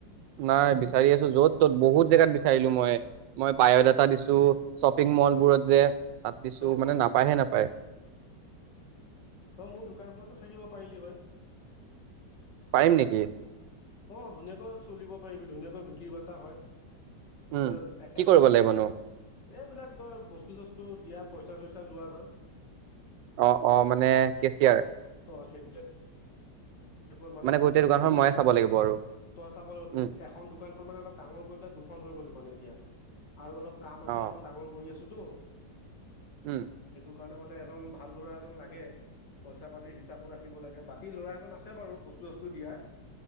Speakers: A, on the right; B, on the left.
A: নাই, বিচাৰি আছোঁ। য'ত-ত'ত বহুত জেগাত বিচাৰিলো মই। মই বাঅ 'ডাটা দিছো শ্বপিং মলবোৰত যে তাত দিছো
B: অ
A: মানে নাপাওঁ হয়।
B: তই মোৰ দোকানখনতো থাকিব পাৰিলি হয়।
A: পাৰিম নেকি?
B: অ ধুনীয়াকৈ চলিব পাৰিবি, ধুনীয়াকৈ বিক্ৰী-বাৰ্তা হয়। দুটা
A: উম, কি
B: এখন
A: কৰিব
B: দোকান
A: লাগিবনো?
B: এইবিলাক ধৰ বস্তু-চস্তু দিয়া, পইচা-চইচা লোৱা ধৰ।
A: অ, অ, মানে কেচিয়াৰ।
B: অ কেচিয়াৰ ত মানে
A: গোটেই
B: দোকান
A: দোকানখন
B: আছিল
A: ময়ে
B: ন,
A: চাব লাগিব আৰু
B: তই চাব লাগিব
A: উম,
B: এখন দোকানখন মানে অলপ ডাঙৰ কৰি পেলাই দুখন হৈ গ'ল মানে এতিয়া আৰু অলপ কাম আছে
A: অ',
B: এখন ডাঙৰ কৰি আছোঁ দু
A: উম।
B: মানে এ ভাল ল'ৰা এজন লাগে পইচা পাতি হিচাপো ৰাখিব লাগে বাকী লৰা এজন অ বাৰু বস্তু সস্তু দিয়াৰ